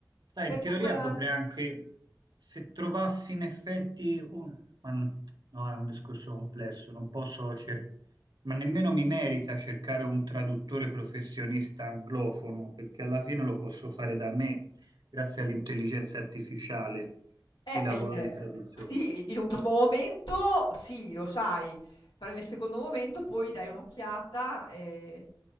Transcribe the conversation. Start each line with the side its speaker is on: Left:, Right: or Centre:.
Right: Sai,
Left: perché
Right: in teoria
Left: quella
Right: potrei anche, se trovassi in effetti, un- ma n- no, è un discorso complesso, non posso cercare, ma nemmeno mi merita cercare un traduttore professionista anglofono, perché alla fine lo posso fare da me, grazie all'intelligenza artificiale,
Left: eh,
Right: il lavoro
Left: eh, eh,
Right: di traduzione.
Left: sì, in un primo momento sì, lo sai, però nel secondo momento poi dai un'occhiata, ehm,